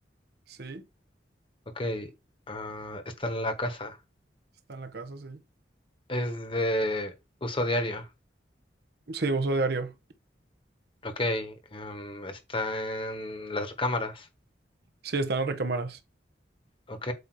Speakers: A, on the right; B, on the left.
A: sí.
B: Ok. Ah, está en la casa.
A: Está en la casa, sí.
B: Es de uso diario.
A: Sí, uso diario.
B: Ok. em, está en las recámaras.
A: Sí, están las recámaras.
B: Ok,